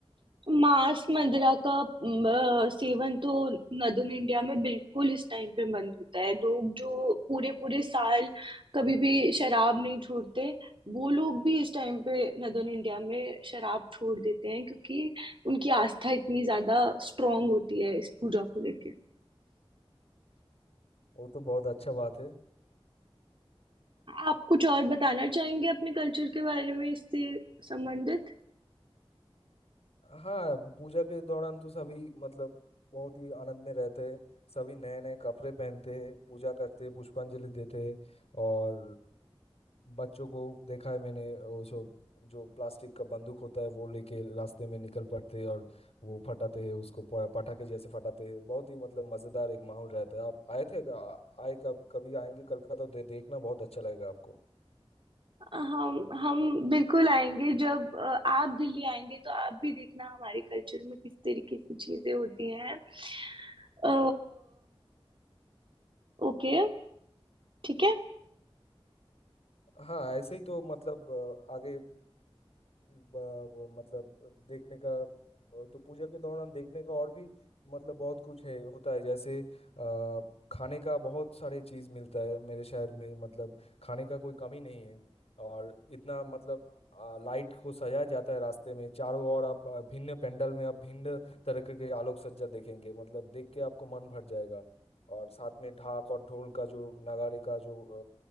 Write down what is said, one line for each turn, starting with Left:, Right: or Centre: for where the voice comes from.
Right: मांस मंदिरा का म, अ, सेवन तो नदन इंडिया में बिल्कुल इस टाइम पे बंद होता है लोग जो पूरे पूरे साल कभी भी शराब नहीं छोड़ते वो लोग भी इस टाइम पे नदन इंडिया में शराब छोड़ देते हैं क्योंकि उनकी आस्था इतनी ज्यादा स्ट्रांग होती है इस पूजा को लेके
Left: वो तो बहुत अच्छा बात है
Right: आप कुछ और बताना चाहेंगे अपने कल्चर के बारे में इससे संबंधित
Left: हाँ पूजा के दौरान तो सभी मतलब बहुत ही आनंद में रहते हैं सभी नए नए कपड़े पहनते हैं पूजा करते हैं पुष्पांजलि देते हैं और अ, बच्चों को देखा है मैंने वो जो जो प्लास्टिक का बंदूक होता है वो लेके रास्ते में निकल पड़ते हैं और वो फटाते हैं उसको प- पटाखे जैसे फटाते हैं बहुत ही मतलब मजेदार एक माहौल रहता है आप आए थे आ- आए कब कभी आएंगे कलकत्ता तो दे, देखना बहुत अच्छा लगेगा आपको
Right: हम हम बिल्कुल आएंगे जब अ, आप दिल्ली आएंगे तो आप भी देखना हमारे कल्चर में किस तरीके की चीजें होती हैं अ, ओके ठीक है
Left: हाँ ऐसे ही तो मतलब अ, आगे ब- वो मतलब देखने का तो पूजा के दौरान देखने का और भी मतलब बहुत कुछ है होता है जैसे आ, खाने का बहुत सारे चीज मिलता है मेरे शहर में मतलब खाने का कोई कमी नहीं है और इतना मतलब आ, लाइट को सजाया जाता है रास्ते में चारों ओर आप आ, भिन्न पंडाल में आप भिन्न तरह के आलोक सज्जा देखेंगे मतलब देख के आपको मन भर जाएगा और साथ में ढाक और ढोल का जो नगाड़े का जो